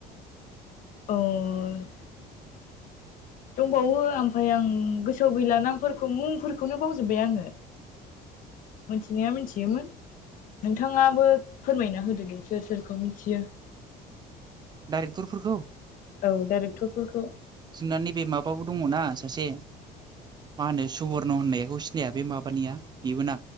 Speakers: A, on the left; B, on the right.
A: अ। दंबावो ओमफ्राय आं गोसोआव गैला नामफोरखौ मुंफोरखौनो बावजोबबाय आङो। मिथिनाया मिथियोमोन। नोंथाङाबो फोरमायना होदो दे सोर सोरखौ मिथियो।
B: डाइरेक्टरफोरखौ?
A: औ डाइरेक्टरफोरखौ।
B: नोंना नैबे माबाो दङ ना सासे। मा होनो सुवरर्न होननायखौ सिनाया बे माबानिया बेबो ना।